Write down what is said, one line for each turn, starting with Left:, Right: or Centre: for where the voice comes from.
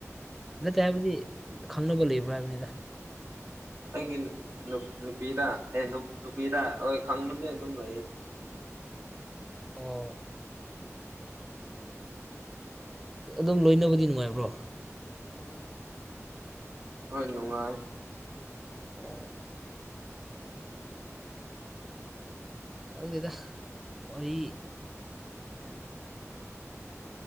Centre: ꯅꯠꯇꯦ ꯍꯥꯏꯕꯗꯤ ꯈꯪꯅꯕ ꯂꯩꯕ꯭ꯔꯥ ꯍꯥꯏꯕꯅꯤꯗ
Right: ꯑꯩꯒꯤ ꯅꯨꯄꯤꯔꯥ ꯑꯦ ꯅꯨꯄꯤꯔꯥ ꯍꯣꯏ ꯈꯪꯕꯅꯦ ꯑꯗꯨꯝ ꯂꯩ
Centre: ꯑꯣ ꯑꯗꯨꯝ ꯂꯣꯏꯅꯕꯗꯤ ꯅꯨꯡꯉꯥꯏꯕ꯭ꯔꯣ
Right: ꯍꯣꯏ ꯅꯨꯡꯉꯥꯏ
Centre: ꯑꯣ ꯈꯪꯗꯦꯗ ꯋꯥꯔꯤ